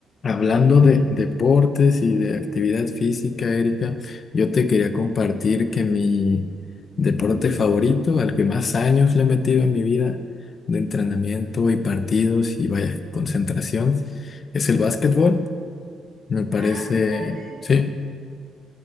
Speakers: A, on the left; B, on the right.
A: Hablando de deportes y de actividad física, Erika, yo te quería compartir que mi deporte favorito, al que más años le he metido en mi vida de entrenamiento y partidos y vaya concentración, es el básquetbol. Me parece,
B: Wow, qué padre.
A: sí,